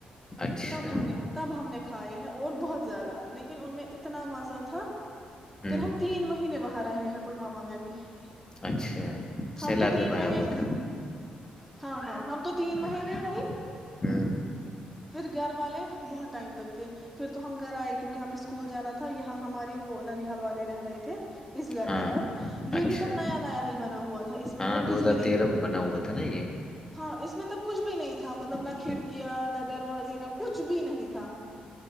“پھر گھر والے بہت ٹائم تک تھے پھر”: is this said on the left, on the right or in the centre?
Centre